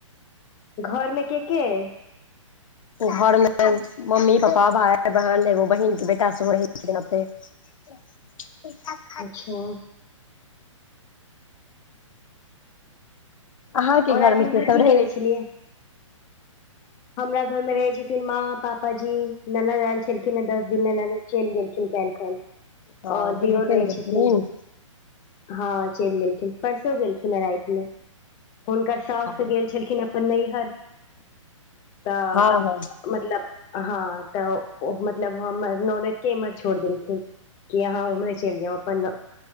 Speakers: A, on the left; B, on the left.
A: घरमे के के अय?
B: घरमे मम्मी पापा भाय बहिन एगो बहिनके बेटा सेहो रहै छथिन एतय। <unintelligible>
A: अच्छा
B: अहाँके
A: और
B: घर
A: आइ
B: मे
A: दिन भरि
B: के सब
A: की
B: रहैछ?
A: केने छलियै हमरा घर में रहै छथिन माँ पापाजी ननद आयल छलखिन है दस दिन ले ननद चलि गेलखिन काइल खन
B: हँ
A: आओर
B: दीदी
A: दियोर
B: चलि
A: रहै
B: गेलखिन
A: छथिन। हँ चैल गेलखिन परसो गेलखिन हन रात्रि में हुनकर सास
B: हँ
A: गेल छलखिन अपन नयहर तभ
B: हँ
A: मतलब हँ तऽ मतलब हमर नाहयर में छोड़ देलखिन कि अहाँ उम्हरे चलि जाउ अपन